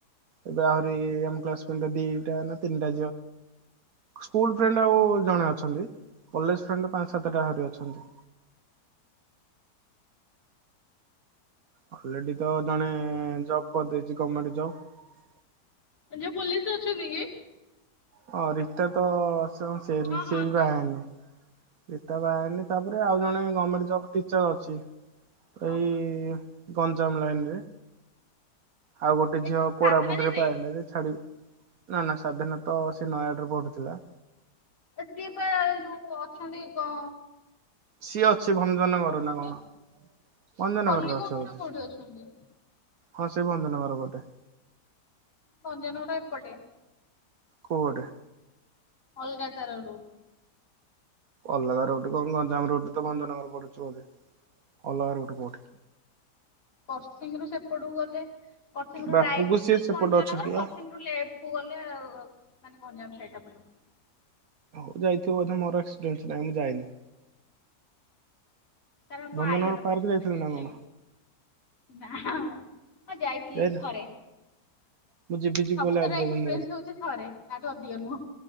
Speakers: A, on the right (about 60°); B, on the left (about 50°).
A: ଏବେ ଆହୁରି ଆମ୍ କ୍ଲାସ ତିନିଟା ଦିଇଟା ନା ତିନିଟା। ସ୍କୁଲ ଫ୍ରେଣ୍ଡ ଆଉ ଜଣେ ଅଛନ୍ତି, କଲେଜ ଫ୍ରେଣ୍ଡ ପାଞ୍ଚ, ସାତଟା ଆହୁରି ଅଛନ୍ତି। ଅଲରେଡି ତ ଜଣେ ଜବ କରିଦେଇଛି ଗମେଣ୍ଟ ଜବ।
B: ଆ, ଯଉ ପୋଲିସ ଅଛନ୍ତି କି?
A: ହଁ, ରିତା ତ ସେ-ବି
B: ହଁ
A: ସେ-ବି
B: ହଁ ସେ
A: ବାହା ହେଇନି। ରୀତା ବାହା ହେଇନି। ତାପରେ ଆଉ ଜଣେ ଗମେଣ୍ଟ ଜବ ଟିଚର ଅଛି।
B: ଓହୋ
A: ଏଇ ଗଞ୍ଜାମ ଲାଇନ ରେ। ଆଉ ଗୋଟେ
B: ଏଇ
A: ଝିଅ
B: ଯୋଉ
A: କୋରାପୁଟ
B: ସାଧନା ଦିଦି
A: ରେ ପାଇଲା, ଯେ ଛାଡିବ ନା ନା ସାଧୀନତ ସେ ନୟାଗଡରେ ପଢୁଥିଲା।
B: ସିଏ ପା ଯୋଉ ଅଛନ୍ତି, ଗ
A: ସିଏ ଅଛି ଭଞ୍ଜନଗର ନା
B: କୋଉଟେ
A: କଣ? ଭଞ୍ଜନଗର
B: ଖଲି
A: ରେ ଅଛ
B: କୋଟ
A: ବୋଧେ
B: ନା କୋଉଠି
A: ସିଏ।
B: ଅଛନ୍ତି
A: ହଁ, ସେ ଭଞ୍ଜନଗର। ଗୋଟେ।
B: ଭଞ୍ଜନଗର ଏପଟେ।
A: କୁଆଡେ?
B: ଅଲଗା ତାର ରୁ
A: ଅଲଗା ରୋଡ କଣ, ଗଞ୍ଜାମ ରୋଡ ତ ଭଞ୍ଜନଗର ପଡୁଛି ବୋଧେ। ଅଲଗା ରୋଟ କୋଉଠି?
B: କରସିଂ ରୁ ସେପଟକୁ ଗଲେ କରସିଂ ରୁ
A: ବାପୁକୁ
B: ରାଇଟ କୁ
A: ସିଏ
B: ଗଲେ
A: ସେପଟେ
B: ଭଞ୍ଜନଗର,
A: ଅଛନ୍ତି
B: କରସିଂ
A: ବା
B: ରୁ ଲେଫ୍ଟ କୁ ଗଲେ ମାନେ ଗଞ୍ଜାମ ସାଇଡ୍ ଟା ପଡିବ।
A: ହଉ, ଯାଇଥିବ ବୋଧେ। ମୋର ଏକ୍ସପ୍ରେନ୍ସ ନାହିଁ, ମୁଁ ଯାଇନି।
B: କାରଣ
A: ଭଞ୍ଜନଗର
B: ମୋ ଆଈ
A: ପାର୍କ ଯାଇଥିଲୁ ନା କଣ
B: <unintelligible> ହଁ, ଯାଇଥିଲି
A: ଯାଇନା
B: ଥରେ।
A: ମୁଁ ଯିବି ଯିବି
B: ସବୁଥର
A: ବୋଲି ଆଜି ପର୍ଯ୍ୟନ୍ତ
B: ଏକ୍ସପ୍ରେନ୍ସ ହଉଛି ଥରେ। ତାଠୁ ଅଧିକ ନୁହଁ।